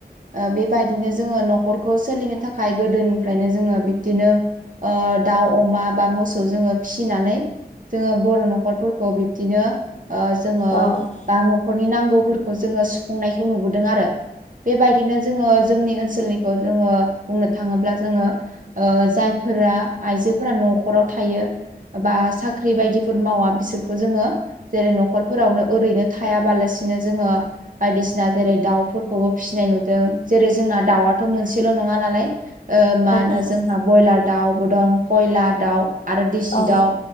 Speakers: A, on the right; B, on the left.
A: ओ बेबायदिनो जोङो न'खरखौ सोलिनो थाखाय गोदोनिफ्रायनो जोङो बिब्दिनो ओ दाउ अमा बा मोसौ खौ जोङो फिसिनानै जोङो बर' न'खरफोरखौ बिब्दिनो जोङो
B: औ
A: बा न'खरनि नांगौफोरखौ जोङो सुफुंनायखौ नुबोदों आरो। बेबायदिनो जोङो जोंनि ओनसोलनिखौ जोङो बुंनो थाङोब्ला जोङो ओ जायफोरा आइजोफोरा न'खराव थायो एबा साख्रि बायदिफोर मावा बिसोरखौ जोङो जेरै न'खरफोरावनो ओरैनो थायाबालासिनो जोङो बायदिसिना जेरै दाउफोरखौबो फिसिनाय नुदों जेरै जोंना दाउआथ' मोनसेल' नङा नालाय ओ मा होनो
B: नोंथां
A: जोंहा ब्रयलार दाउबो दं कयलार दाउ आरो दिसि
B: औ
A: दाउ